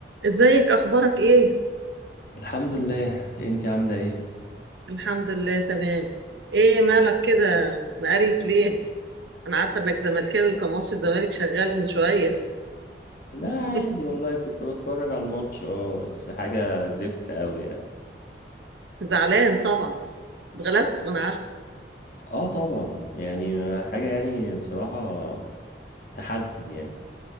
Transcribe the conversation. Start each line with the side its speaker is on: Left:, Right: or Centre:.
Right: ازيك اخبارك ايه
Left: الحمد لله انتي عاملة ايه؟
Right: الحمد لله تمام ايه مالك كده مقريف ليه انا عارفه انك زملكاوي كان ماتش الزمالك شغال من شويه
Left: لا
Right: <laughs>
Left: عادي والله كنت بتفرج على الماتش اه بس حاجة زفت قوي يعني
Right: زعلان طبعا اتغلبت وانا عارفه
Left: اه طبعا يعني حاجة يعني بصراحة تحزن يعني